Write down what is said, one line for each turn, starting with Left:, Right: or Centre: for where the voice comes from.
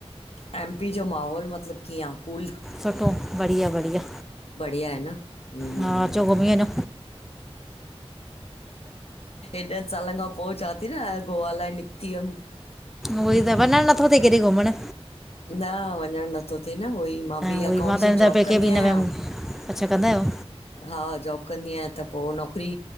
Left: एमपी जो माहौल मतलब कीअं आ, कूल?
Centre: सुठो, बढ़िया- बढ़िया।
Left: बढ़िया आहे न, हम्म।
Centre: हा अचो घुमी वञो
Left: एॾन सालन खां पो चआं थी न गोवा लाय निकिती हुयम।
Centre: उहोई त वञंण नथो थे केॾे घुमण।
Left: न वञंण नथो थिए न उहो ई, मां बि
Centre: उहोई
Left: अकाउंट्स
Centre: मां त
Left: जो
Centre: हिन दफ़े
Left: जॉब
Centre: पेके
Left: कंदी
Centre: बि न
Left: आहियां।
Centre: वियमि अच्छा कंदा आहयो।
Left: हा जॉब कंदी आहियां त पो नौकरी,